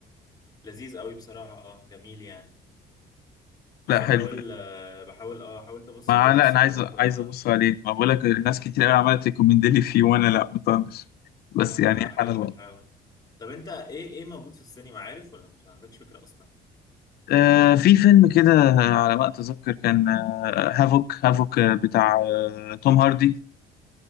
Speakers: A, on the left (about 25°); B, on the left (about 65°).
A: فلذيذ قوي بصراحة اه جميل يعني
B: لا حلو
A: بحاول آه، بحاول اه حاولت ابص
B: ما
A: عليه بصة
B: لا انا عايز
A: كده برضو
B: عايز
A: آه.
B: ابص عليه ما بقول لك
A: أمم،
B: ناس
A: أمم.
B: كتير قوي عملت ريكومند لي فيه وانا لا مطنش بس
A: لا
B: يعني
A: لا لا
B: سبحان
A: حاول
B: الله
A: حاول طب انت ايه ايه موجود في السينما عارف ولا مش عندكش فكرة اصلا
B: آه في فيلم كده على ما اتذكر كان آه هافوك هافوك آه، بتاع آه توم هاردي